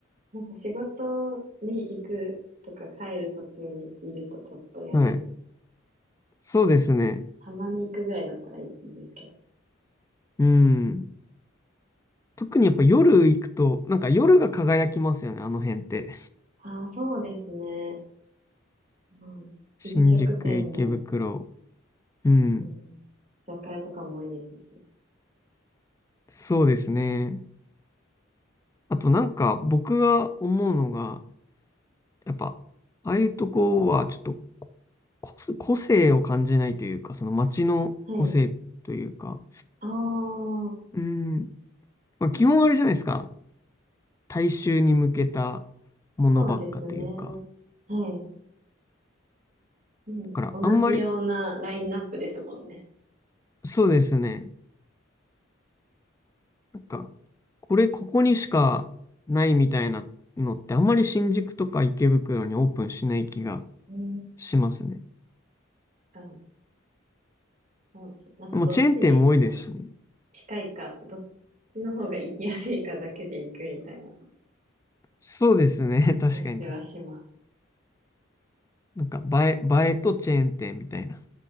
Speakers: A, on the right; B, on the left.
A: なんか仕事に行くとか帰る途中にいるとちょっと嫌ですね。
B: はい。そうですね。
A: たまに行くぐらいだったらいいんですけど。
B: うん。特にやっぱ夜行くと、なんか夜が輝きますよね、あの辺って。
A: ああ、そうですね。まあ、
B: 新宿、
A: 飲食店も、
B: 池袋。うん。
A: うん、居酒屋とかも多いですし。
B: そうですね。あとなんか僕が思うのが、やっぱ、ああいうとこはちょっとこ個性個性を感じないというか、その街の個性というか、
A: はい。ああ、
B: うん。まあ、基本あれじゃないですか。大衆に向けたものばっかというか。
A: そうですね。はい。もう同じようなラインナップですもんね。
B: だからあんまり、そうですね。なんか、これここにしかないみたいなのってあんまり新宿とか池袋にオープンしない気が
A: うん。
B: しますね。
A: 確かに。そうです。なんかどっちにもう
B: もうチェーン店も多いですしね。
A: 近いか、どっちの方が行きやすいかだけで行くみたいな
B: そうですね。<laughs> 確かに確かに。
A: 感じはします。
B: なんか映え、映えとチェーン店みたいな。